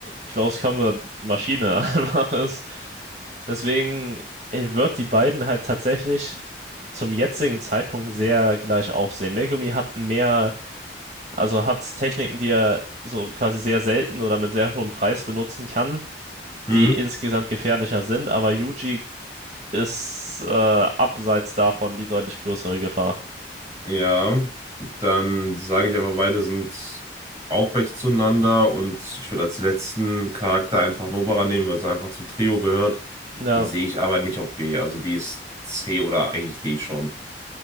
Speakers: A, on the right (about 40°); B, on the right (about 15°).
A: Close Combat Maschine <laughs> einfach ist. Deswegen wird die beiden halt tatsächlich zum jetzigen Zeitpunkt sehr gleich aufsehen. Megumi hat mehr, also hat Techniken, die er so quasi sehr selten oder mit sehr hohem Preis benutzen kann,
B: mhm.
A: die insgesamt gefährlicher sind, aber Yuji ist äh, abseits davon die deutlich größere Gefahr.
B: Ja. Dann sage ich einfach, beide sind aufrecht zueinander und ich würde als letzten Charakter einfach Nobara nehmen, weil sie einfach zum Trio gehört.
A: Ja,
B: Die sehe ich aber nicht auf B, also die ist C oder eigentlich D schon.